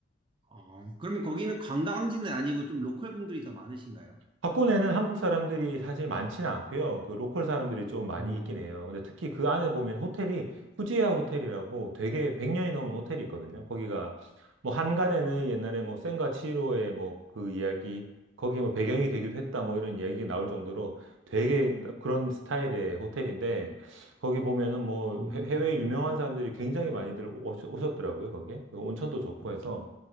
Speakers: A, on the right; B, on the right.
A: 어, 그러면 거기는 관광지는 아니고 좀 로컬 분들이 더 많으신가요?
B: 박군에는 한국 사람들이 사실 많지는 않고요. 그 로컬 사람들이 좀 많이
A: 음,
B: 있긴
A: 음,
B: 해요. 근데 특히 그 안에 보면 호텔이 후지야 호텔이라고 되게 100년이 넘은 호텔이 있거든요. 거기가 뭐 한간에는 옛날에 뭐 센과 치히로의 뭐 그 이야기 거기에 뭐 배경이 되기도 했다 뭐 이런 이야기 나올 정도로 되게 그런 스타일의 호텔인데 거기 보면은 뭐
A: 음,
B: 해- 해외 유명한 사람들이 굉장히 많이들 오셨- 오셨더라고요. 거기에 온천도 좋고 해서